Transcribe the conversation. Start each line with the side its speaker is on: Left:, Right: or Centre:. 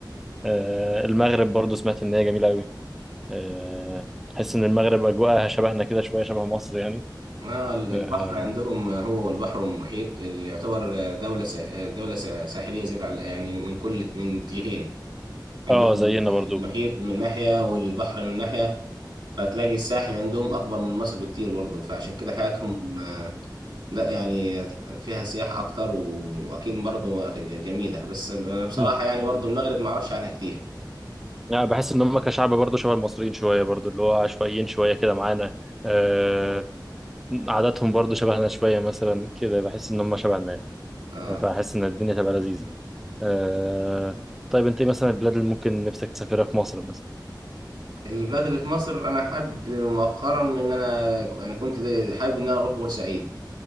Centre: آه، المغرب
Right: آه،
Centre: برضو سمعت إن هي جميلة أوي آه، تحس إن المغرب أجواءها شبهنا كده شوية شبه مصر يعني
Right: آه، البحر
Centre: اه
Right: عندهم هو والبحر والمحيط اللي يعتبر دولة سا- دولة سا- ساحلية زيادة على يعني من كل من جهين عندهم
Centre: آه، زينا برضو
Right: المحيط من ناحية والبحر من ناحية فهتلاقي الساحل عندهم أكبر من مصر بكتير برضه فعشان كده حياتهم آه، لا يعني فيها سياحة أكتر و- وأكيد برضه جميلة بس بصراحة
Centre: مم.
Right: يعني برضه المغرب معرفش عنها كتير
Centre: يعني بحس ان هم كشعب برضه شبه المصريين شويه برضه اللي هو عشوائيين شويه كده معانا آه عاداتهم برضه شبهنا شويه مثلا كده بحس ان هم شبهنا يعني
Right: اه
Centre: يعني فاحس ان الدنيا تبقى لذيذه آه طيب انت ايه مثلا البلاد اللي ممكن نفسك تسافرها في مصر مثلا
Right: البلاد اللي في مصر انا حابب مؤخرا ان انا انا كنت حابب ان انا اروح بورسعيد